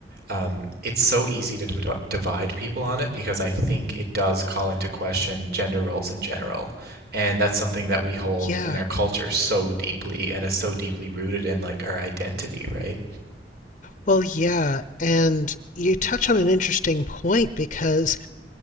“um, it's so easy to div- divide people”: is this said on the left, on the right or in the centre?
Right